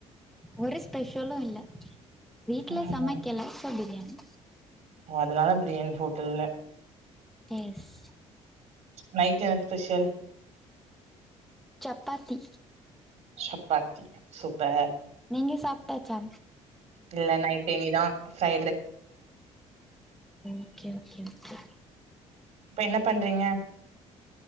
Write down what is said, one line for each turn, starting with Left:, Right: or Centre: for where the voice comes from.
Centre: ஒரு ஸ்பெஷலும் இல்ல வீட்ல
Right: ம்
Centre: சமைக்கல
Right: ம்
Centre: சோ பிரியாணி
Right: ஓ அதனால பிரியாணி ஹோட்டல்ல
Centre: எஸ்
Right: நைட் என்ன ஸ்பெஷல்
Centre: சப்பாத்தி
Right: சப்பாத்தி சூப்பர்
Centre: நீங்க சாப்ட்டாச்சா
Right: இல்ல நைட்னிதான் ஃப்ரை
Centre: ஓகே ஓகே ஓகே
Right: இப்ப என்ன பண்றீங்க